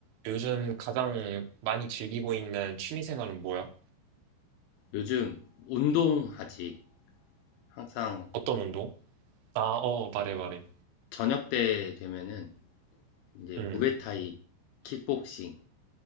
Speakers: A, on the right (about 90°); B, on the left (about 80°).
A: 요즘 가장 많이 즐기고 있는 취미 생활은 뭐야?
B: 요즘 운동하지. 항상
A: 어떤 운동? 아, 어, 말해, 말해.
B: 저녁 때 되면은 이제
A: 음.
B: 무에타이, 킥복싱,